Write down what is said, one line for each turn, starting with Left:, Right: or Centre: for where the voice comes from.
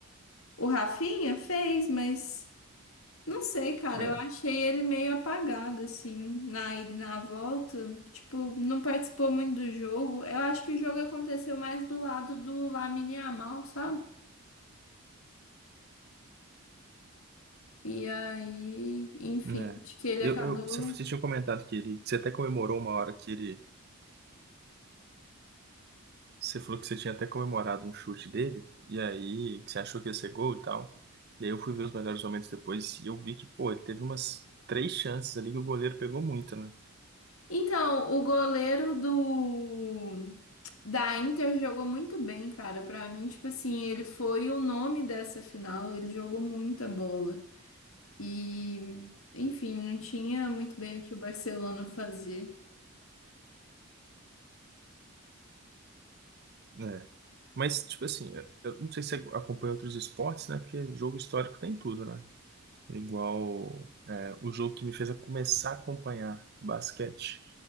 Left: O Rafinha fez, mas não sei, cara,
Right: É.
Left: eu achei ele meio apagado assim, na ida e na volta, tipo, não participou muito do jogo. Eu acho que o jogo aconteceu mais do lado do Lamine Yamal, sabe? E aí, enfim,
Right: É.
Left: acho que ele
Right: Eu,
Left: acabou
Right: eu- você, você tinha comentado que ele, que você até comemorou uma hora que ele, você falou que você tinha até comemorado um chute dele, e aí que você achou que ia ser gol e tal. E aí eu fui ver os melhores momentos depois e eu vi que, pô, ele teve umas três chances ali que o goleiro pegou muito, né?
Left: Então, o goleiro do da Inter jogou muito bem, cara. Pra mim, tipo assim, ele foi o nome dessa final, ele jogou muita bola. E, enfim, não tinha muito bem o que o Barcelona fazer.
Right: É. Mas, tipo assim, eu eu não sei se você acompanha outros esportes, né? Porque jogo histórico tem tudo, né? Igual é, o jogo que me fez a começar a acompanhar basquete